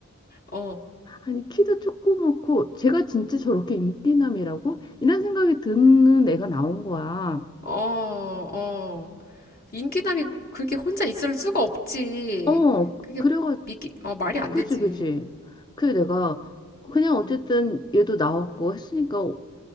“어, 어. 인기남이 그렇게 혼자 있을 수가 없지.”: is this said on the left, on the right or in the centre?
Left